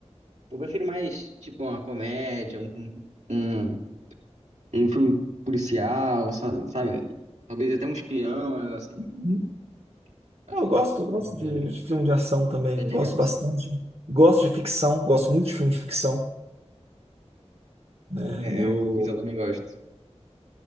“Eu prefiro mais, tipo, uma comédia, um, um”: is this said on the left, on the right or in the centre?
Right